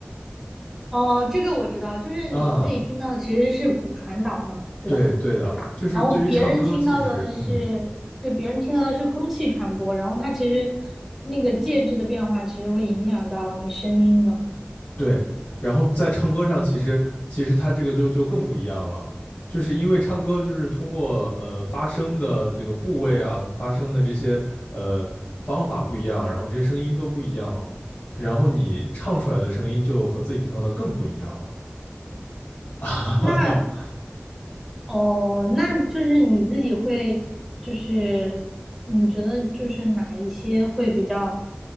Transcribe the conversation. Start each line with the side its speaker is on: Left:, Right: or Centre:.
Centre: 哦，这个我知道，就是你自己听到其实是骨传导嘛，
Left: 啊，
Centre: 对吧？
Left: 对对的，就是对于唱歌，
Centre: 然后别人听到的是，
Left: 其实嗯。
Centre: 对，别人听到的是空气传播，然后它其实那个介质的变化其实会影响到你声音的。
Left: 对，然后在唱歌上，其实其实他这个就就更不一样了，就是因为唱歌就是通过呃发声的这个部位啊，发声的这些呃方法不一样，然后这些声音都不一样嘛，然后你唱出来的声音就和自己听到的更不一样了。<laughs>
Centre: 那哦，那就是你自己会，就是你觉得就是哪一些会比较